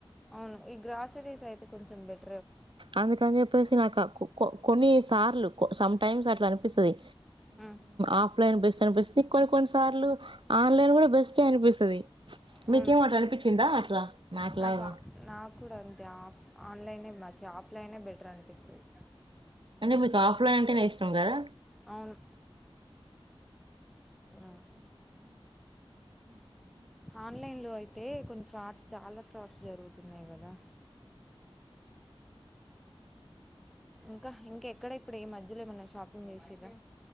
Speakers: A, in the centre; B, on the right.
A: అవును ఈ గ్రాసరీస్ అయితే కొంచెం బెటర్
B: అందుకని చెప్పేసి నాకు కొన్ని సార్లు సమ్ టైమ్స్ అట్లా అనిపిస్తుంది
A: ఉమ్,
B: ఆఫ్లైన్ బ కనిపిస్తుంది కొన్ని కొన్ని సార్లు ఆన్లైన్ కూడా బెస్ట్ే అనిపిస్తుంది
A: అవును
B: మీకేం అట్లా అనిపించిందా అట్లా మాకులాగా
A: నాకు ఆ- నాకు కూడా అంతే ఆఫ్ ఆన్లైనే మంచిి ఆఫ్లైనే బెటర్ అనిపిస్తుంది
B: అంటే మీకు ఆఫ్లైన్ అంటేనే ఇష్టం కదా
A: అవును అవును. ఆన్లైన్ లో అయితే కొన్ని ఫ్రాడ్స్ చాలా ఫ్రాడ్స్ జరుగుతున్నాయి కదా ఇంకా ఇంకా ఎక్కడ ఇప్పుడ ఏ మధ్యలో ఏమన్నా షాపింగ్ చేసిండ్రా